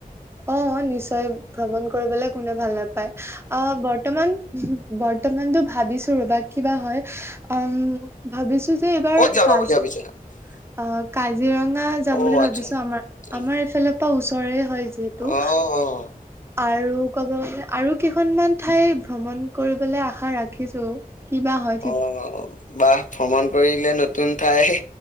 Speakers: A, on the right; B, on the left.
A: অ' নিশ্চয় ভ্ৰমণ কৰিবলৈ কোনে ভাল নাপায়। আ, বৰ্তমান বৰ্তমানতো ভাবিছোঁ ৰ'বা কিবা হয়, আম ভাবিছোঁ যে এইবাৰ
B: ক'ত
A: কজি
B: <inaudible>
A: আ, কাজিৰঙা যাম
B: অ',
A: বুলি ভাবিছোঁ
B: আচ্ছা।
A: আমাৰ,
B: অ',
A: আমাৰ এইফেলে পৰা ওচৰে হয় য যিহেতু।
B: অ',
A: আৰু ক'ব গ'লে আৰু কেইখনমান ঠাই ভ্ৰমণ কৰিবলৈ আশা ৰাখিছোঁ। কিবা হয়।
B: অ' বাহ ভ্ৰমণ কৰিলে নতুন ঠাই